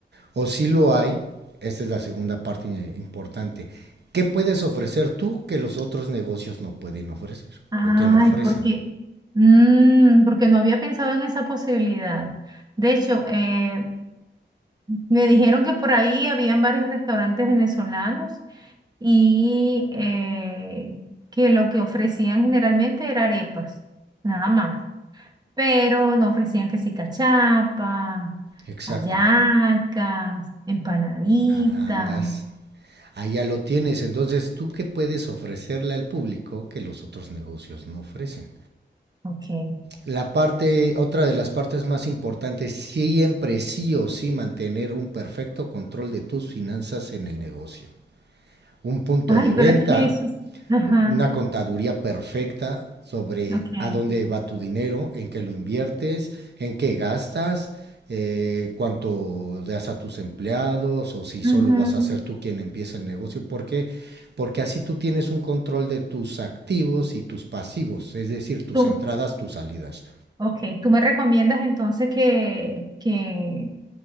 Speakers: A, on the right; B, on the right.
A: O si lo hay, esta es la segunda parte eh, importante. ¿Qué puedes ofrecer tú que los otros negocios no pueden ofrecer
B: Ay,
A: o que no ofrecen?
B: porque, mm, porque no había pensado en esa posibilidad. De hecho, eh, me dijeron que por ahí habían varios restaurantes venezolanos y eh, que lo que ofrecían generalmente era arepas, nada más. Pero no ofrecían que sí cachapas,
A: Exacto.
B: hallacas, empanaditas.
A: A- Andas allá lo tienes. Entonces, ¿tú qué puedes ofrecerle al público que los otros negocios no ofrecen?
B: Ok.
A: La parte, otra de las partes más importantes, siempre sí o sí mantener un perfecto control de tus finanzas en el negocio. Un punto
B: Ay,
A: de
B: pero
A: venta,
B: es que eso es... Ajá,
A: una contaduría perfecta sobre
B: ok.
A: a dónde va tu dinero, en qué lo inviertes, en qué gastas, eh, cuánto das a tus empleados o si solo
B: Ujú.
A: vas a ser tú quien empieza el negocio. ¿Por qué? Porque así tú tienes un control de tus activos y tus pasivos, es decir, tus
B: Tú-
A: entradas, tus salidas.
B: Ok, tú me recomiendas entonces que, que